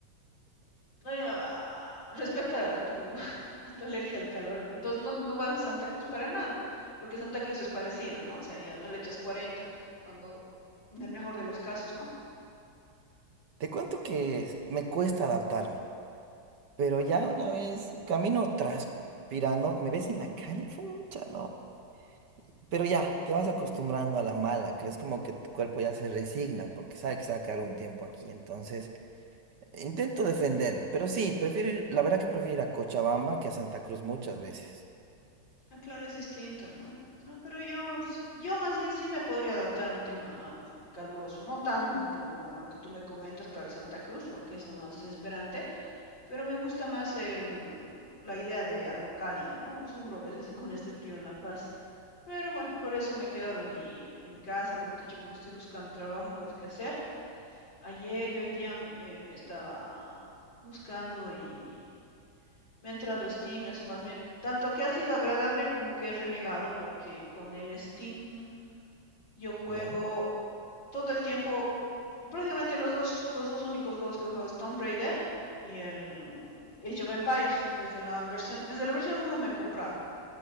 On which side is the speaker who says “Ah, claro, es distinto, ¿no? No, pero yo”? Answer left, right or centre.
Left